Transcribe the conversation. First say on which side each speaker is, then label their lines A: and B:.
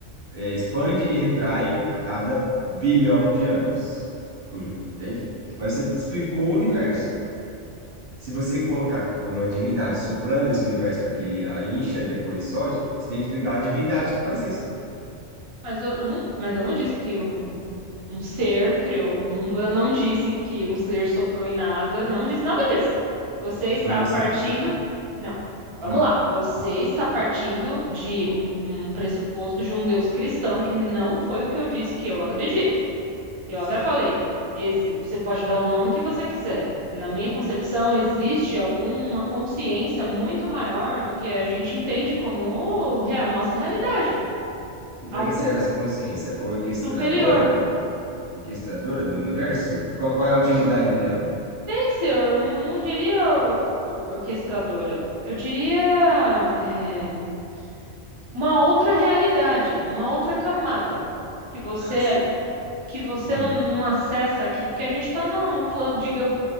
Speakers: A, on the right (about 50°); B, on the right (about 30°).
A: é, expande e retrai a cada bilhão de anos. Cujo- entende? Mas você explicou o universo. Se você colocar que foi uma divindade soprando esse universo para que ele a encha e depois solte, você tem que explicar a divindade que faz isso.
B: Mas eu, eu não, mas eu não disse que um, um, um ser criou o mundo, eu não disse que um ser soprou em nada, não disse nada disso. Você está
A: Mas você
B: partindo.
A: disse que.
B: Não, vamos
A: Ah,
B: lá. Você está partindo de um, um pressuposto de um Deus cristão que não foi o que eu disse que eu acredito. Eu
A: sim.
B: até falei, exi- você pode dar o nome que você quiser. Na minha concepção, existe alguma consciência muito maior do que a gente entende como oh, é a nossa realidade,
A: E para
B: algo
A: que serve essa consciência orquestradora
B: superior.
A: do, orquestradora do universo? Qual, qual é a utilidade
B: sei
A: dela?
B: se eu não, não diria or- or- orquestradora. Eu diria eh, uma outra realidade, uma outra camada que você
A: Ah, sim.
B: que você
A: Hum.
B: não, não acessa aqui, porque a gente está no, no plano, digamos.